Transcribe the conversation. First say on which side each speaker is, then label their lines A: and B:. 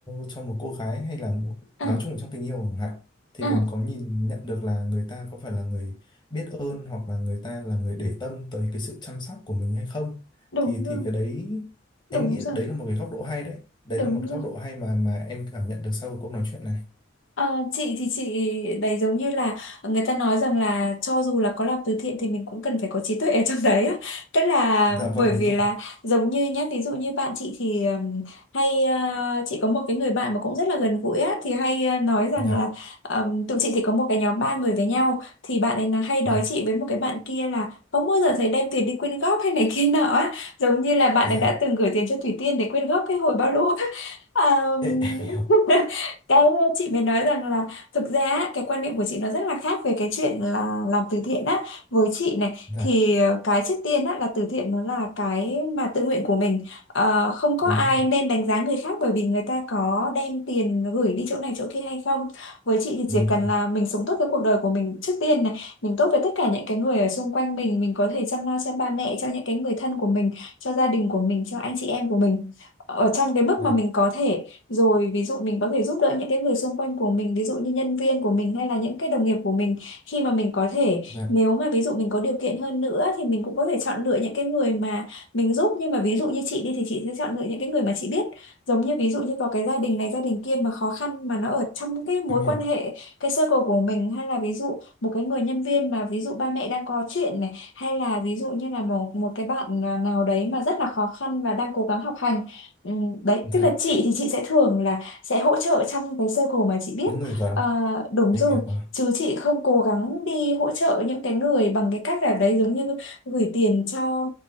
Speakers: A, on the left (about 20°); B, on the left (about 70°).
A: cho một cô gái hay là một-
B: à
A: nói chung là trong tình yêu chẳng hạn thì
B: à
A: mình có nhìn nhận được là người ta có phải là người biết ơn hoặc là người ta là người để tâm tới cái sự chăm sóc của mình hay không
B: đúng
A: thì
B: rồi
A: thì cái đấy em
B: đúng
A: nghĩ
B: rồi
A: đấy là một cái góc độ hay đấy đấy
B: đúng
A: là một
B: rồi
A: góc độ hay mà mà em cảm nhận được sau cái cuộc nói chuyện này
B: Ờ, chị thì chị đấy giống như là người ta nói rằng là cho dù là có làm từ thiện thì mình cũng cần phải có trí tuệ ở trong đấy á. Tức là
A: dạ vâng
B: bởi
A: đúng
B: vì
A: rồi
B: là giống như nhá ví dụ như bạn chị thì ừm, hay ờ, chị có một cái người bạn mà cũng rất là gần gũi á thì hay ờ, nói rằng
A: dạ
B: là ừm, tụi chị thì có một cái nhóm ba người với nhau thì bạn ấy nó hay nói
A: dạ
B: chị với một cái bạn kia là không bao giờ thấy đem tiền đi quyên góp <laughs> hay này kia nọ á. Giống như là bạn
A: dạ
B: ấy đã từng gửi tiền cho Thủy Tiên để quyên góp cái hồi bao lũ. á. Ờ,
A: Ê, em hiểu
B: <laughs> cái chị mới nói rằng là thực ra á, cái quan niệm của chị nó rất là khác về cái chuyện là làm từ thiện á với chị này
A: dạ
B: thì ờ, cái trước tiên á là từ thiện nó là cái mà tự nguyện của mình Ờ, không có
A: đúng
B: ai
A: rồi
B: nên đánh giá người khác bởi vì người ta có đem tiền gửi đi chỗ này chỗ kia hay không với chị thì
A: đúng
B: chỉ cần
A: rồi
B: là mình sống tốt với cuộc đời của mình trước tiên này mình tốt với tất cả những cái người ở xung quanh mình mình có thể chăm lo cho ba mẹ cho những cái người thân của mình cho gia đình của mình cho anh chị em của mình ở trong cái mức
A: dạ
B: mà mình có thể rồi ví dụ mình có thể giúp đỡ những cái người xung quanh của mình ví dụ như nhân viên của mình hay là những cái đồng nghiệp của mình khi mà mình có thể
A: dạ
B: nếu mà ví dụ mình có điều kiện hơn nữa thì mình cũng có thể chọn lựa những cái người mà mình giúp nhưng mà ví dụ như chị đi thì chị sẽ chọn lựa những cái người mà chị biết giống như ví dụ như có cái gia đình này gia đình kia mà khó khăn mà nó ở trong cái mối
A: em hiểu
B: quan hệ cái circle của mình hay là ví dụ một cái người nhân viên mà ví dụ ba mẹ đang có chuyện này hay là ví dụ như là một một cái bạn à, nào đấy mà rất là khó khăn và đang cố gắng học hành Ừ, đấy
A: dạ
B: tức là chị thì chị sẽ thường là sẽ hỗ trợ trong cái circle mà chị biết
A: những người gần
B: Ờ, đúng
A: em
B: rồi
A: hiểu à
B: chứ chị không cố gắng đi hỗ trợ những cái người bằng cái cách là đấy giống như gửi tiền cho